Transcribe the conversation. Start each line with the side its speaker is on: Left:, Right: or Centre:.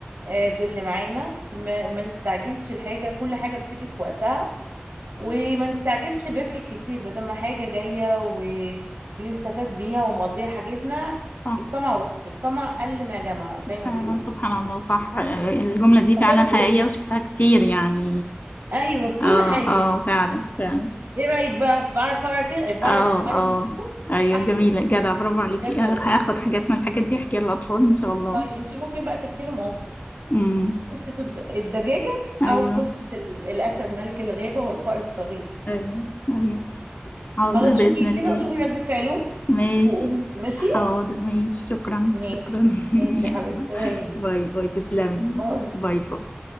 Right: آه، باللي معانا ما, ما نستعجلش الحاجة كل حاجة بتيجي في وقتها وما نستعجلش بربح كتير بدل ما حاجة جاية وبنستفاد بيها ومقضية حاجتنا
Left: صح
Right: الطمع واحد الطمع قل ما جمع زي ما
Left: فعلا
Right: بيقول
Left: سبحان الله صح آه، الجملة دي فعلا
Right: بسطتي
Left: حقيقية وشفتها كتير يعني
Right: ايوه في كل
Left: اه
Right: حاجة
Left: اه فعلا فعلا
Right: ايه رأيك بقى بعرف اقرا كده إيه، بعرف
Left: اه
Right: اقرا
Left: اه
Right: كده
Left: ايوه
Right: احكي
Left: جميلة جدع برافو عليكي
Right: بجد
Left: آه،
Right: والله
Left: هاخد حاجات من الحاجات دي احكيها للاطفال ان شاء الله
Right: طيب انت ممكن بقى تحكي لهم اه
Left: امم
Right: قصة الد- الدجاجة
Left: ايوه
Right: او قصة ال- الاسد ملك الغابة والفار الصغير
Left: ايوه ايوه حاضر
Right: خلاص
Left: باذن
Right: شوفي
Left: الله
Right: كده وشوفي رد فعلهم
Left: ماشي
Right: وقولي ماشي
Left: حاضر ماشي شكرا
Right: ماشي
Left: شكرا
Right: ماشي
Left: <laughs>
Right: يا
Left: يلا
Right: حبيبتي ولا يهمك
Left: باي باي تسلمي
Right: باي
Left: باي باي